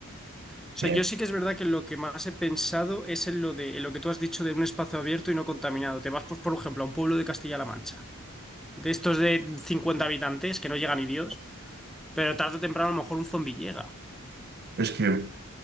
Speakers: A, in the centre; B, on the right.
A: O sea,
B: eh,
A: yo sí que es verdad que lo que más he pensado es en lo de en lo que tú has dicho de un espacio abierto y no contaminado. Te vas, pues, por ejemplo, a un pueblo de Castilla-La Mancha, de estos de 50 habitantes que no llega ni Dios, pero tarde o temprano a lo mejor un zombi llega,
B: es que